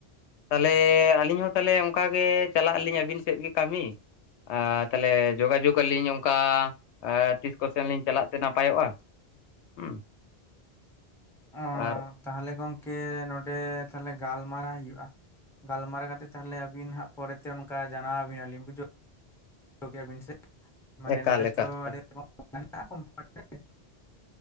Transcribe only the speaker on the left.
ᱛᱟᱦᱚᱞᱮ ᱟᱹᱞᱤᱧ ᱦᱚᱸ ᱛᱟᱦᱚᱞᱮ ᱚᱱᱠᱟ ᱜᱮ ᱪᱟᱞᱟᱜ ᱟᱹᱞᱤᱧ ᱟᱹᱵᱤᱱ ᱥᱮᱫ ᱜᱮ ᱠᱟᱹᱢᱤ᱾ ᱟ ᱛᱟᱦᱚᱞᱮ ᱡᱳᱜᱟᱡᱳᱜᱽ ᱟᱞᱤᱧ ᱚᱱᱠᱟ ᱟ ᱛᱤᱥ ᱠᱚᱛᱮ ᱞᱤᱧ ᱪᱟᱞᱟᱜ ᱛᱮ ᱱᱟᱯᱟᱭᱚᱜᱼᱟ᱾ ᱦᱩᱸ᱾
ᱟᱨ
ᱮᱠᱟᱞ
ᱮᱠᱟᱞ
ᱮᱠᱟᱞ